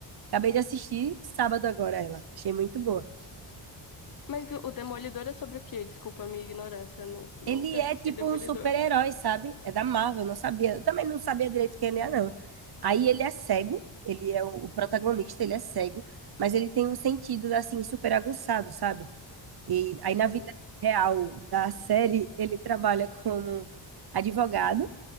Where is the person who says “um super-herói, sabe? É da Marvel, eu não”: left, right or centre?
Right